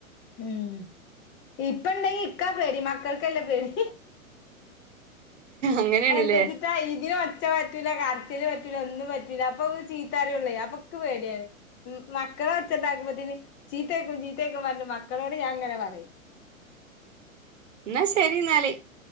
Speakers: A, on the left; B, on the right.
A: ഉം ഇപ്പ ഇണ്ടെങ്കി ഇക്കാ പേടി മക്കൾക്കല്ല പേടി
B: അങ്ങനെയാണ്ല്ലേ
A: എന്താച്ചിട്ടാ ഇതിന് ഒച്ച പറ്റൂല കാരണം പറ്റൂല ഒന്നും പറ്റൂല അപ്പൊ ചീത്തപറയുള്ളെ അമക്ക് പേടിയാണ് മക്കളെ- ഒച്ചാണ്ടാക്ക്പത്തിന് ചീത്തേക്കും ചീത്തേക്കും പറഞ് മക്കളോട് ഞാൻ അങ്ങനെ പറയും
B: എന്നാ ശെരി എന്നാല്